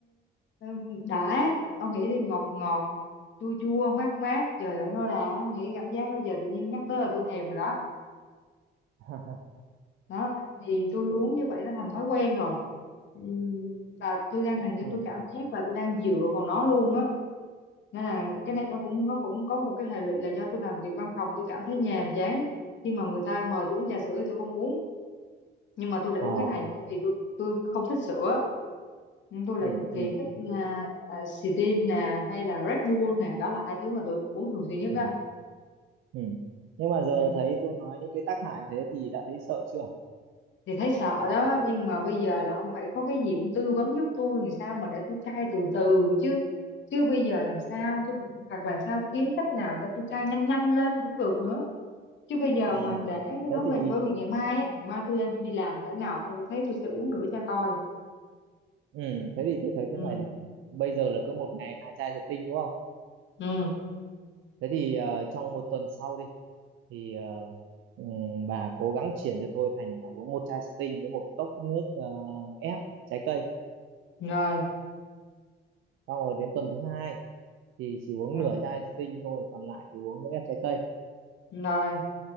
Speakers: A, on the left (about 70°); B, on the right (about 80°).
A: à, đã ông nghĩ đi ngọt ngọt chua chua mát mát trời ơi nó đã ông nghĩ cảm giác bây giờ tự nhiên nhắc tới là tôi thèm rồi đó
B: <laughs>
A: đó thì tôi uống như vậy nó thành thói quen rồi Ừm, và tôi đang hình như
B: ừ.
A: tôi cảm giác là tôi đang dựa vào nó luôn á nên là cái này nó cũng nó cũng có một cái hệ lụy là do tôi làm việc văn phòng tôi cảm thấy nhàm chán khi mà người ta mời tôi uống trà sữa thì tôi không uống nhưng mà tôi lại
B: Ờ.
A: uống cái này bởi vì tôi tôi không thích sữa nhưng tôi lại
B: ừ.
A: cực kỳ
B: Ừ.
A: thích
B: Ừ.
A: uh, uh, nè hay là Red Bull nè đó là hai thứ mà tôi uống thường xuyên nhất
B: Ừ. Ừ. nhưng mà giờ
A: đó
B: thấy tôi nói những cái tác hại thế thì đã thấy sợ chưa
A: thì thấy sợ đó nhưng mà bây giờ là ông phải có cái gì ông tư vấn giúp tôi làm sao mà để tôi cai từ từ chứ chứ bây giờ làm sao tôi hoặc làm sao kiếm cách nào để tôi cai nhanh nhanh lên cũng được nữa chứ bây giờ
B: ừ.
A: mà để cái
B: thế
A: thói quen
B: thì
A: bởi vì ngày mai á ngày mai tôi lên tôi đi làm thế nào ông cũng thấy tôi sẽ uống nữa cho coi
B: Ừ, thế thì tôi thấy
A: ừ
B: thế này này. Bây giờ là cứ một ngày hai chai thủy tinh đúng không?
A: ừ
B: Thế thì ờ, trong một tuần sau đi thì ờ, ừm, bà cố gắng chuyển cho tôi thành là uống một chai thủy tinh với một cốc nước ờ, ép trái cây.
A: rồi
B: Xong rồi đến tuần thứ hai thì chỉ uống
A: ừ,
B: nửa chai thủy tinh thôi, còn lại thì uống nước ép trái cây.
A: rồi